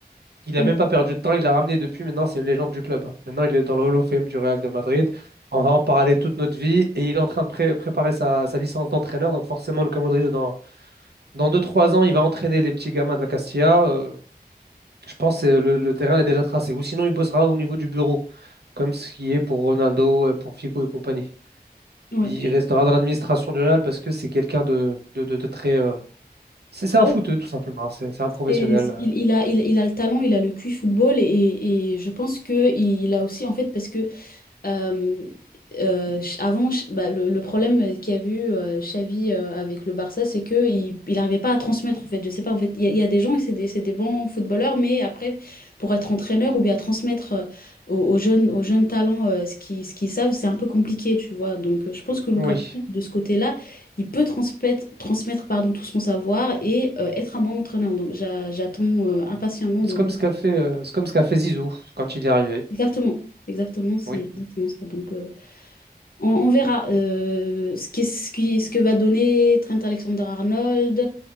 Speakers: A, on the right; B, on the left.
A: Il n'a
B: ouais,
A: même pas perdu de temps, il l'a ramené depuis. Maintenant, c'est une légende du club. Maintenant, il est dans le Hall of Fame du Real de Madrid. On va en parler toute notre vie. Et il est en train de pré- préparer sa, sa licence d'entraîneur. Donc, forcément, Luka Modric, dans, dans deux trois ans, il va entraîner les petits gamins de la Castilla. Euh, je pense que le, le terrain est déjà tracé. Ou sinon, il bossera au niveau du bureau, comme ce qui est pour Ronaldo, euh, pour Figo et compagnie.
B: ouais.
A: Il restera dans l'administration du Real parce que c'est quelqu'un de, de, de- de très, euh, C'est c'est
B: ouais.
A: un footeux, tout simplement. C'est c'est un professionnel.
B: Et
A: euh.
B: il, il a, il, il a le talent, il a le QI football et, et je pense que il a aussi en fait parce que euh, euh, ch- avant, ch- bah, le, le problème euh, qu'il y a eu euh, Xavi euh, avec le Barça, c'est que il il n'arrivait pas à transmettre en fait. Je sais pas en fait, il y, a il y a des gens et c'est des, c'est des bons footballeurs, mais après pour être entraîneur ou bien transmettre euh, aux, aux jeunes aux jeunes talents euh, ce qu'ils ce qu'ils savent, c'est un peu compliqué, tu vois. Donc euh, je pense que Lucas
A: Oui.
B: Moura, de ce côté-là, il peut transmettre transmettre pardon tout son savoir et euh, être un bon entraîneur. Donc j'a- j'attends euh, impatiemment
A: C'est
B: de voir.
A: comme ce qu'a fait, euh, c'est comme ce qu'a fait Zizou quand il est arrivé.
B: Exactement, exactement, c'est
A: Oui.
B: exactement ça. Donc euh, On, on verra euh, ce qui, ce qui- ce que va donner Trent Alexander-Arnold,